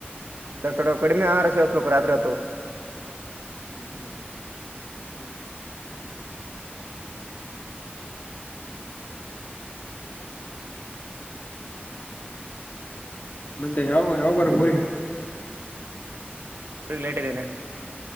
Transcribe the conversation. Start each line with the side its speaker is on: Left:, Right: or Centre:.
Right: ಇಲ್ಲ ಕಣೋ ಕಡಿಮೆ ಆಹಾರ ಸೇವಿಸ್ಬೇಕು ರಾತ್ರಿ ಹೊತ್ತು
Left: ಹೌದಾ
Right: ಹ್ಮ್
Left: ಮತ್ತೆ ಯಾವಾಗ್ ಯಾವಾಗ್ ಬರಕ್ ಊರಿಗೆ
Right: ಲೇಟ್ ಇದೇನೆ